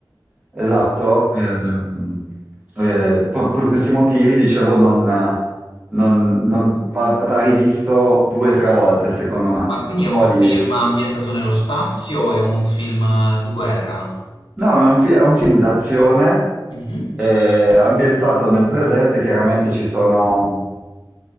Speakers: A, on the right; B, on the left.
A: esatto. ehm, eh, per, per questi motivi, dicevo, non non, non- va, va rivisto due o tre volte, secondo me.
B: Ma quindi è
A: Poi,
B: un film ambientato nello spazio? o È un film di guerra?
A: no, è un, fi- è un film d'azione
B: Mh-mh.
A: eh, ambientato nel presente, chiaramente ci sono,